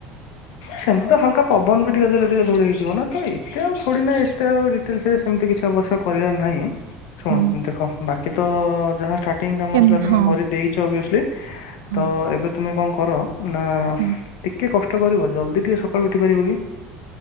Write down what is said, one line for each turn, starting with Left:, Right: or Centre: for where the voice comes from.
Left: ସେମିତି ତ ହାଲକା ପବନ ବି ଟେ ଦେଲେ ଟିକେ ଧୂଳି ହେଇଯିବ ନା ତ ଏତେ ଆଉ ଏତେ ଆଉ ମିତି କିଛି ଅବର କରାର ନାହିଁ। ଶୁଣ
Right: ହୁଁ
Left: ଦେଖ ବାକି କି ତ ଯାହାଷ୍ଟାର୍ ଟିଂ କାମ
Right: କେମିତି
Left: ଥିଲା ତମେ
Right: ହଁ
Left: କରିଦେଇଛ ଅଭିଅସଲି
Right: ହଁ
Left: ତ ଏବେ ତୁମେ କଣ? କର ନା
Right: ହୁଁ
Left: ଟିକେ କଷ୍ଟ କରିବ ଜଲ୍ଦି ଟିକେ ସକାଳୁ ଉଠି ପାରିବ କି?